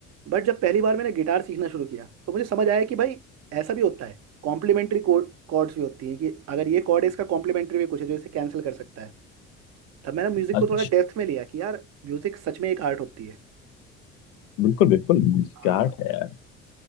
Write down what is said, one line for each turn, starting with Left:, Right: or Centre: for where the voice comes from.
Right: बट जब पहली बार मैंने गिटार सीखना शुरू किया तो मुझे समझ आया कि भाई ऐसा भी होता है कॉम्प्लीमेंट्री कोड कॉर्ड्स भी होती हैं कि अगर ये कॉर्ड है इसका कॉम्प्लीमेंट्री भी कुछ है जो इसे कैंसिल कर सकता है तब मैंने म्यूजिक
Left: अच्छा
Right: को थोड़ा डेप्थ में लिया कि यार म्यूजिक सच में एक आर्ट होती है
Left: बिल्कुल बिल्कुल म्यूजिक
Right: हाँ
Left: का आर्ट है यार